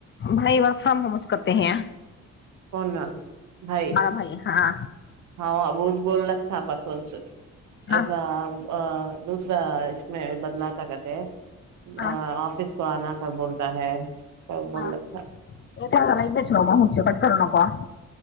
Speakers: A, on the left; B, on the right.
A: بھائی بس <unintelligible> ہم ہم اس کرتے ہیں <unintelligible>
B: کونا <unintelligible> بھائی
A: ہمارا ہاں
B: ہاں ب <unintelligible> بول ل تھا پرسوںنچ <unintelligible>
A: ہاں
B: ایسا <unintelligible> آ دوسرا اش میں بدلہاتاتکتے <unintelligible>
A: ہاں
B: آفس <unintelligible> کو آنا تھا بولتا ہے <unintelligible>
A: ہاں
B: رکھا
A: یہ تو ل جا ہ چ ک <unintelligible> کرنا کا <inaudible>